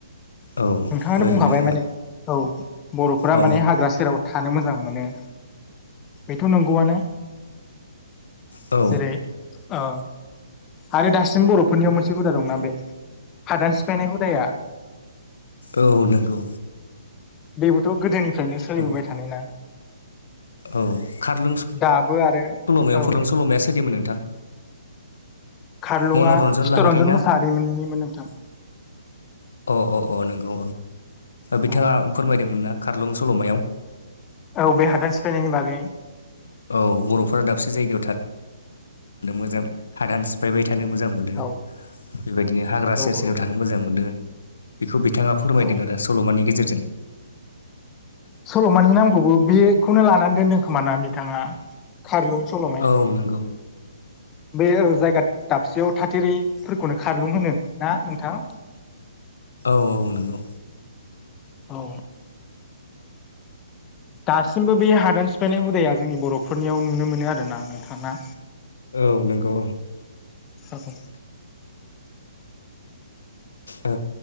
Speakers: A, on the left (about 70°); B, on the left (about 20°).
A: औ
B: नोंथाङानो
A: ओरैनो
B: बुंखाबाय माने औ बर'फोरा
A: औ
B: माने हाग्रा सेराव थानो मोजां मोनो बेथ' नंगौआनो।
A: औ
B: जेर औ आरो दासिम बर'फोरनियाव मोनसे हुदा दंना बे हादान सिफायनाय हुदाया
A: औ नंगौ
B: बेबोथ' गोदोनिफ्रायनो सोलिबोबाय
A: ओ
B: थानाय ना
A: औ खारलुं स
B: दाबो आरो
A: सल'मायाव
B: औ
A: फ
B: नोंथां
A: ददों सल'माया सोदोममोन नोंथां?
B: खारलुङा
A: मनरन्जन
B: चितरन्जन
A: लाहारि ना
B: मुसाहारि मोननिमोन नोंथां।
A: अ अ अ नंगौ बिथाङा
B: औ
A: फोरमायदोंमोन ना खारलं सल'मायाव
B: औ बे हादान सिफायनायनि बागै
A: औ बर'फोरा दाबसे जायगायाव था थानो मोजां हादान सिफायबाय थानो मोजां मोन
B: औ
A: बेबायदिनो हाग्रा
B: औ
A: सेर सेराव
B: औ
A: थानो मोजां मोनो बेखौ बिथाङा फोरमायदों
B: औ
A: आरो स सल'मानि गेजेरजों
B: सल'मानि नामखौबो बेखौनो लानानै दोनदों खोमा ना बिथाङा खारलुं सल'माया
A: औ नोंगौ।
B: बे औ जायगा दाबसेयाव थाथेरैफोरखौनो खारलुं होनो ना नोंथां?
A: औ औ नंगौ
B: औ दासिमबो बे हादान सिफायनाय हुदाया जोंनि बर'फोरनियाव नुनो मोनो आरोना नोंथाङा
A: औ नंगौ ओं।
B: <unintelligible>
A: ओ